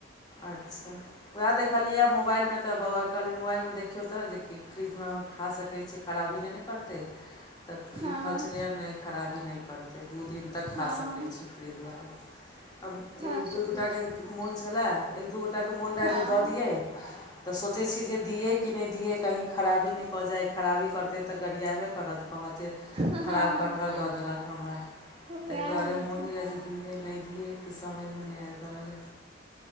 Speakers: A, on the left; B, on the right.
A: अच्छा वएह देखलियै मोबाइलमे तऽ बौआ कहलियै मोबाइलमे देखियौ तऽ जे कि फ्रिजमे खा सकै छियै खराबी नहि ने करतै तऽ
B: हँ
A: लिखल छलैय नहि खराबी नहि करतै दू दिन तक
B: हँ
A: खा सकै छी फ्रिजवला आब
B: खा
A: एक दू
B: सकै
A: गोटाके
B: छी
A: मोन छलय एक दू गोटाके मोन रहए
B: हँ
A: जे दऽ दियै तऽ सोचै छी जे दियए कि नहि दियै कहीँ खराबी नहि कऽ जाइ खराबी करतै तऽ गड़ियाबै करत कहत जे
B: हँ
A: खराब कटहर दऽ देलक हमरा ताहि
B: वएह
A: दुआरे
B: होइ
A: मोन
B: छै
A: होइए जे दियै नहि दियै की समझमे नहि आबि रहल ये